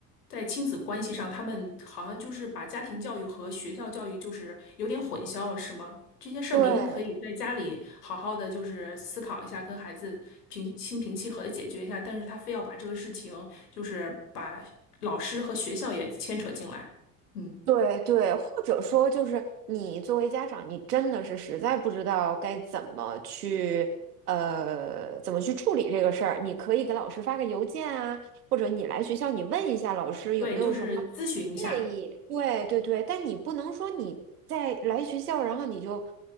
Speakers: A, on the left; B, on the right.
A: 在亲子关系上，他们好像就是把家庭教育和学校教育就是有点混淆了，是吗？这些事儿明明可以在家里好好的就是思考一下，
B: 对，
A: 跟孩子平心平气和的解决一下，但是他非要把这个事情就是把老师和学校也牵扯进来。嗯，
B: 对对，或者说就是你作为家长，你真的是实在不知道该怎么去呃怎么去处理这个事儿，你可以给老师发个邮件啊，或者你来学校你问一下老师有没有什么
A: 对，就是咨询一下。
B: 建议。对对对，但你不能说你在来学校，然后你就